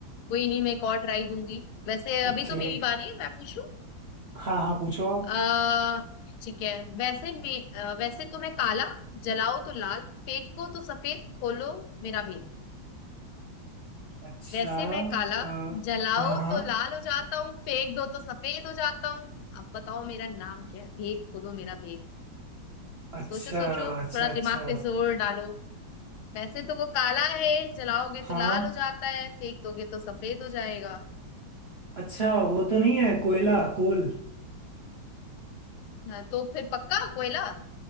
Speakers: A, on the left; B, on the right.
A: कोई नहीं मैं एक और ट्राई दूंगी वैसे अभी
B: ठीक
A: तो मेरी बारी है मैं पूछूं
B: हाँ हाँ पूछो आप
A: आ, ठीक है वैसे मे, अ, वैसे तो मैं काला जलाओ तो लाल फेंको तो सफेद खोलो मेरा भेद
B: अच्छा
A: वैसे मैं काला
B: अ,
A: जलाओ
B: हाँ हाँ
A: तो लाल हो जाता हूँ फेंक दो तो सफेद हो जाता हूँ अब बताओ मेरा नाम क्या है भेद खोलो मेरा भेद
B: अच्छा
A: सोचो सोचो
B: अच्छा
A: थोड़ा
B: अच्छा
A: दिमाग पे जोर डालो वैसे तो वो काला है जलाओगे
B: हाँ
A: तो लाल हो जाता है फेंक दोगे तो सफेद हो जाएगा
B: अच्छा वो तो नहीं है कोयला कोल
A: हाँ, तो फिर पक्का कोयला